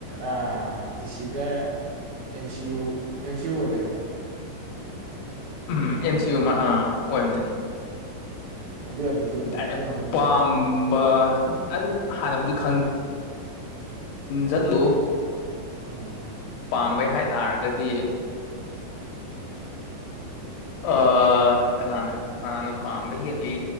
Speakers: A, on the right (about 65°); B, on the left (about 75°).
A: ꯑ ꯗꯤꯁꯤꯒꯦꯝ ꯁꯤꯌꯨ ꯑꯦꯝ ꯁꯤꯌꯨ ꯑꯣꯏꯗꯅꯦ
B: ꯎꯝ ꯑꯦꯝ ꯁꯤ ꯌꯨ ꯑꯥ ꯑꯣꯏꯕꯅꯦ
A: ꯑꯗꯨꯏ ꯑꯅꯤꯗꯨꯒꯤ
B: ꯗꯥꯏꯔꯦꯛ
A: ꯃꯅꯨꯡꯗ
B: ꯄꯥꯝꯕ ꯑꯗꯨ ꯍꯥꯟꯅꯕꯨꯗꯤ ꯈꯪ ꯆꯠꯂꯨ
A: ꯎꯝ
B: ꯄꯥꯝꯕꯩ ꯍꯥꯏꯇꯥꯥꯔꯒꯗꯤ ꯑ ꯀꯅꯥꯅ ꯀꯅꯥꯅꯣ ꯄꯥꯝꯕ ꯍꯦꯜꯂꯤ